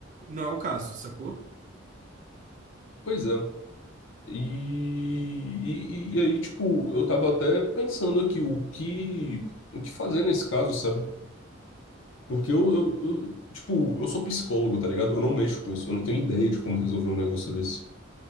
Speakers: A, on the right; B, on the left.
A: não é o caso, sacou?
B: pois é. E, e, e aí, tipo, eu tava até pensando aqui o que, o que fazer nesse caso, sabe? Porque eu, eu, eu, tipo, eu sou psicólogo, tá ligado? Eu não mexo com isso, eu não tenho ideia de como resolver um negócio desse.